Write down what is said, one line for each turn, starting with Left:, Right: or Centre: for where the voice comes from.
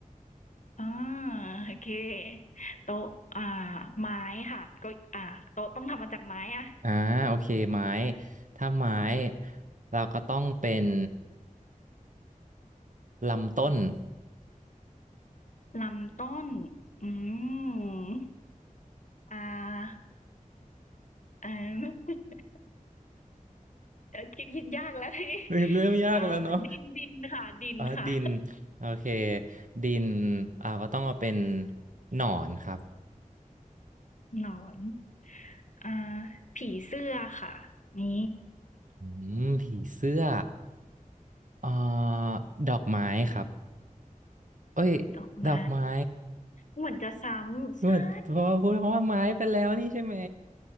Left: อ่าโอเคโต๊ะอ่าไม้ค่ะเก็อ่าโต๊ะต้องทำมาจากไม้อะ
Right: อ่าโอเคไม้ถ้าไม้เราก็ต้องเป็นลำต้น <laughs>
Left: ลำต้น อืมอ่าเอ่อ <laughs> เดี๋ยว <laughs> คิดคิดยากแล้วทีนี้
Right: เรื่องยากแล้วเนาะ
Left: อ่าดินดินค่ะดินค่ะ
Right: อ่าดินโอเคดินเราก็ต้องเอาเป็นหนอนครับ
Left: <laughs> หนอน อ่าผีเสื้อค่ะนี่
Right: อืมผีเสื้อเอ่อดอกไม้ครับเอ้ย
Left: ดอกไม้
Right: ดอกไม้
Left: เหมือนจะซ้ำใช่
Right: เหมือนเพราะว่าพูดคำว่าไม้ไปแล้วนี่ใช่ไหม